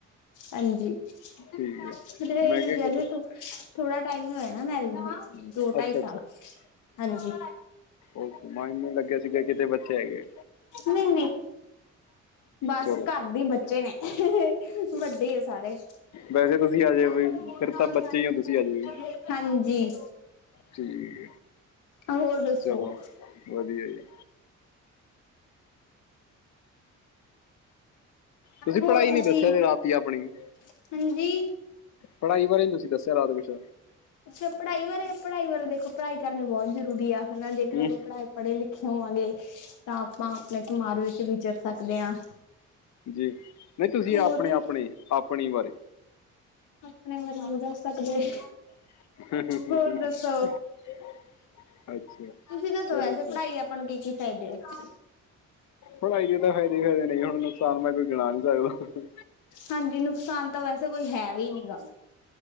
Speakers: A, on the left (about 85°); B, on the left (about 65°).
A: ਹਾਂਜੀ <unintelligible>
B: ਠੀਕ ਹੈ ਮੈਂ ਕਿਹਾ ਕਿਤੇ
A: ਥੋੜਾ ਟਾਈਮ ਹੋਇਆ। ਹਨ ਮੈ ਦੋ ਢਾਈ
B: ਅੱਛਾ
A: ਸਾਲ ਹਾਂਜੀ
B: ਉਹ ਮਾ ਇਨੂੰ ਲੱਗਿਆ ਸੀਗਾ ਕਿਤੇ ਬੱਚੇ ਹੈਗੇ।
A: ਨਹੀਂ ਬਸ
B: ਚਲੋ
A: ਘਰ ਦੇ ਬੱਚੇ ਨੇ ਵੱਡੇ ਆ ਸਾਰੇ
B: ਵੈਸੇ ਤੁਸੀਂ ਆ
A: <unintelligible>
B: ਜਾਏ ਵੀ ਫਿਰ ਤਾਂ ਬੱਚੇ ਹੀ ਹੋ ਤੁਸੀਂ ਆ ਜਾਏ ਵੀ
A: ਹਾਂਜੀ
B: ਠੀਕ
A: ਹੋਰ ਦੱਸੋ
B: ਚਲੋ ਵਧੀਆ ਜੀ। ਤੁਸੀਂ
A: ਹੋਰ
B: ਪੜ੍ਹਾਈ
A: ਤੁਸੀਂ
B: ਨੀ ਦੱਸਿਆ ਸੀ ਰਾਤੀ ਆਪਣੀ
A: ਹਾਂਜੀ
B: ਪੜ੍ਹਾਈ ਬਾਰੇ ਤੁਸੀਂ ਦੱਸਿਆ ਰਾਤ ਕੁਛ
A: ਅੱਛਾ ਪੜ੍ਹਾਈ ਬਾਰੇ ਪੜ੍ਹਾਈ ਬਾਰੇ ਦੇਖੋ ਪੜ੍ਹਾਈ ਕਰਨੇ ਬਹੁਤ ਜ਼ਰੂਰੀ ਆ ਹਨਾ ਜੇਕਰ
B: ਹੂੰ
A: ਆਪਾਂ ਪੜ੍ਹਾਈ ਪੜ੍ਹੇ ਲਿਖੇ ਹੋਵਾਂਗੇ ਤਾਂ ਆਪਾਂ ਆਪਣੇ ਸਮਾਜ ਵਿੱਚ ਵਿਚਰ ਸਕਦੇ ਹਾਂ।
B: ਜੀ ਨਹੀਂ ਤੁਸੀਂ
A: ਹੋਰ
B: ਆਪਣੇ
A: ਵੀ
B: -ਆਪਣੇ ਆਪਣੀ ਬਾਰੇ
A: ਆਪਣੇ ਬਰਿਆਂ ਨੂੰ ਦੱਸ ਸਕਦੇ <inaudible>
B: <inaudible>
A: ਹੋਰ ਦੱਸੋ ਤੁਸੀਂ ਦੱਸੋ
B: ਚਲੋ
A: ਵੈਸੇ ਪੜ੍ਹਾਈ
B: ਤੇ
A: ਆਪਾਂ ਨੂੰ ਕੀ- ਕੀ ਫਾਇਦੇ ਆ।
B: ਹੁਣਈ ਜ ਤਾਂ ਫਾਇਦੇ -ਫਾਇਦੇ ਨਹੀਂ ਹੁਣ ਨੁਕਸਾਨ ਮੈਂ ਕੋਈ ਗਿਣਾ ਨਹੀਂ ਸਕਦਾ।
A: ਹਾਂਜੀ ਨੁਕਸਾਨ ਤਾਂ ਵੈਸੇ ਕੋਈ ਹੈ ਵੀ ਹੀ ਨਹੀਂ ਗਾ।